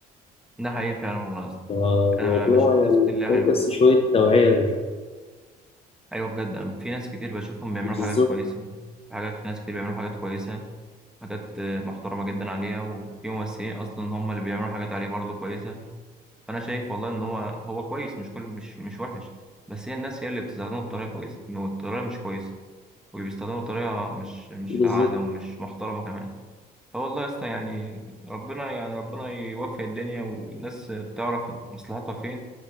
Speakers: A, in the centre; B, on the left (about 35°).
A: ده حقيقي فعلا والله يا اسطى.
B: فالموضوع
A: أنا بشوف
B: يعني
A: ناس كتير
B: محتاج
A: ليها حلو
B: بس شوية توعية مش أكتر.
A: أيوة بجد أنا في ناس كتير بشوفهم بيعملوا
B: بالظبط
A: حاجات كويسة في حاجات في ناس كتير بيعملوا حاجات كويسة حاجات آه، محترمة جدا عليها وفي ممثلين أصلا هم اللي بيعملوا حاجات عليه برضه كويسة فأنا شايف والله إن هو هو كويس مش كل مش مش وحش بس هي الناس هي اللي بتستخدمه بطريقة كويسة بطريقة مش كويسة وبيستخدموه بطريقة مش مش
B: بالظبط
A: فعالة ومش محترمة كمان فوالله يا اسطى يعني ربنا يعني ربنا يوفق الدنيا والناس تعرف مصلحتها فين